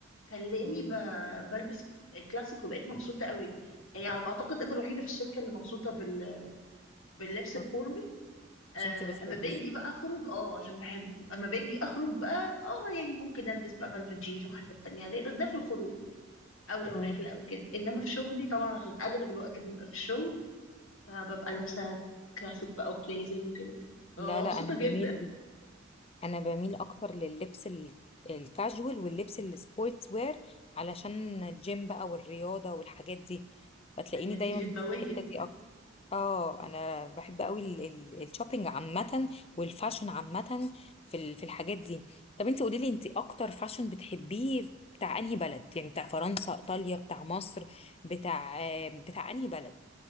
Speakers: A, on the left; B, on the left.
A: خلاني
B: مم.
A: ب... بلبس كلاسيك وبقيت مبسوطه قوي يعني على ما اعتقد انا الوحيده في الشركه اللي مبسوطه بال... باللبس الفورمال
B: أوكي.
A: آه،
B: عشان انت بتحبيه
A: اما باجي بقى اخرج اه عشان بحبه اما باجي اخرج بقى اه يعني ممكن البس بقى بلبس جينز وحاجات تانية دي بس ده في الخروج او لو
B: مم.
A: رحله او كده انما في شغلي طبعا عشان اغلب الوقت بنبقى في الشغل فببقى لابسة كلاسيك بقى وبليزر وكده ببقى
B: لا
A: مبسوطة
B: لا انا بميل
A: جدا
B: انا بميل اكتر لللبس ال- الكاجوال واللبس السبورتس وير علشان الجيم بقى والرياضة والحاجات دي فتلاقيني
A: ايوه انتي
B: دايما
A: جماوية
B: في الحتة دي اكتر اه انا بحب قوي ال- ال- الشوبينج عامة والفاشن عامة في ال- في الحاجات دي طب انت قولي لي انت اكتر فاشن بتحبيه بتاع انهي بلد يعني بتاع فرنسا ايطاليا بتاع مصر بتاع بتاع انهي بلد